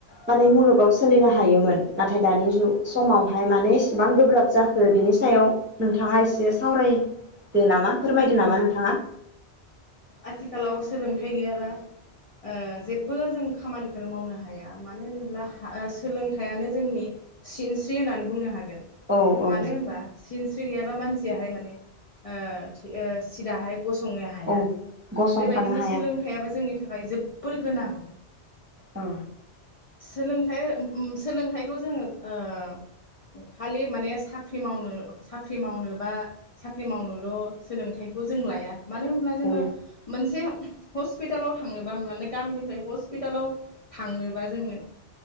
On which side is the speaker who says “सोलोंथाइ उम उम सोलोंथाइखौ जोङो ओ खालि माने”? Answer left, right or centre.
Left